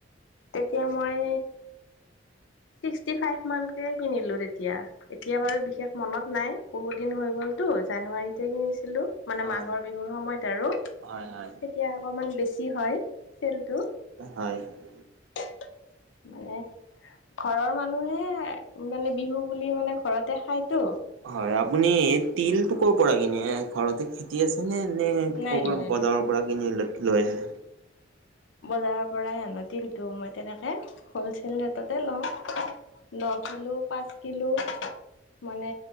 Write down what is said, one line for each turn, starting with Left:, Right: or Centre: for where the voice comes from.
Left: তেতিয়া মই ছিক্সটি ফাইভ মানকে কিনিলো এতিয়া, এতিয়া বাৰু বিশেষ মনত নাই, বহুত দিন হৈ গলতো জানুৱাৰীতেহে কিনিছিলোঁ', মানে,
Right: হয়,
Left: মাঘৰ বিহুৰ সময়ত আৰু তেতিয়া
Right: হয়, হয়,
Left: অকমান বেছি হয়', তিলটো',
Right: হয়।
Left: ঠিং', - টাং', মানে ঘৰৰ মানুহে মানে', বিহু বুলি মানে ঘৰতে খাইতো',
Right: হয়', আপুনি এই তিলটো
Left: অ
Right: কৰ পৰা কিনে এ', ঘৰতে খেতি', খেতি আছেনে এনেই
Left: নাই
Right: কবা
Left: নাই
Right: বজাৰৰ
Left: নাই
Right: পৰা কিনি লৈ', - লৈ আহে',
Left: বজাৰৰ পৰাই আনো তিলটো, মই তেনেকে হলচেল ৰেটতে লওঁ', ন কিলো পাঁচ কিলো ঠিং', -ঠিং', -ঠিং', মানে